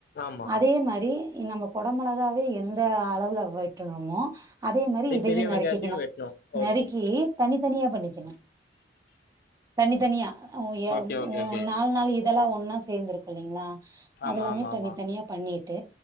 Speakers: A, on the left; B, on the right.
A: ஆமா
B: அதே மாரி நம்ம கொட மொளகாவே எந்த அளவுல வெட்டனமோ அதே மாரி இதையு
A: பெரிய
B: நறுக்கிக்கணு
A: வெங்காயத்தையு வெட்ணு ஓகே
B: நறுக்கி தனித்தனியா பண்ணிக்கணு தனித்தனியா ஆ எ
A: ஓகே ஓகே
B: உ
A: ஓகே
B: நாலு நாள் இதெல்லா ஒன்னா சேந்திருக்கு இல்லைங்களா
A: ஆமா
B: அதெல்லாமே
A: ஆமா ஆமா
B: தனித் தனியா பண்ணிட்டு